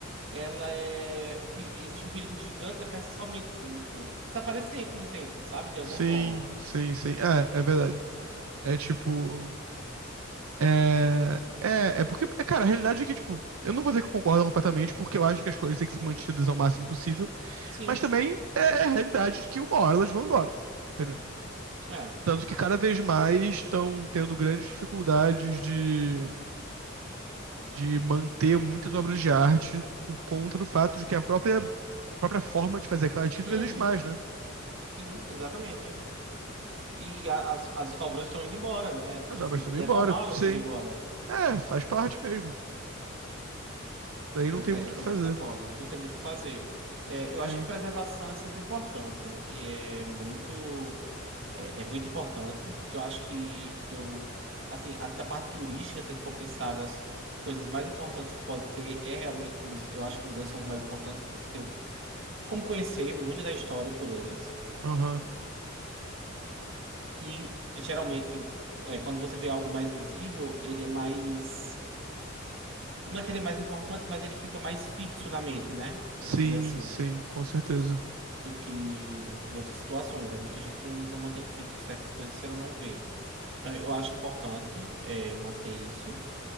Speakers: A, on the right; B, on the right.
A: ela é. o pe- existe um perigo gigante da peça somente se em- desaparecer com o tempo, sabe? De alguma
B: Sim,
A: forma.
B: sim, sim. É, é verdade. É tipo. É, é, é porque, é, cara, a realidade é que, tipo, eu não vou dizer que eu concordo completamente, porque eu acho que as coisas têm que ser mantidas ao máximo possível.
A: Sim,
B: Mas também
A: sim.
B: é é a realidade de que uma hora elas vão embora, entendeu?
A: É.
B: Tanto que cada vez mais estão tendo grandes dificuldades de, de manter muitas obras de arte por conta do fato de que a própria, própria forma de fazer aquela arte não
A: Uhum.
B: existe mais, né?
A: Sim, exatamente. E, e a- as, as <laughs> obras estão indo embora, né? Tipo
B: As obras
A: assim,
B: estão
A: e
B: indo
A: é
B: embora,
A: normal elas
B: sim.
A: irem embora.
B: É, faz parte mesmo. Daí
A: Pois
B: não tem
A: é,
B: muito
A: eu
B: o
A: também
B: que fazer.
A: concordo. Não tem muito o que fazer. É, eu acho
B: Sim,
A: que preservação é sempre importante e é muito, é, é muito importante. Eu acho que do, assim, a, da parte turística, se a gente for pensar das coisas mais importantes que pode ter, é realmente, muse- eu acho que museus são os mais importantes porque você tem como conhecer muito da história por eles. né?
B: aham.
A: E geralmente, é, quando você vê algo mais visível, ele é mais Não é que ele é mais importante, mas ele fica mais fixo na mente, né?
B: Sim,
A: Vamos dizer assim,
B: sim, com certeza.
A: do que em, em outras situações. Né? Muita gente não, não mantém fixo certas coisas se ela não vê. Então, eu acho importante é, manter isso,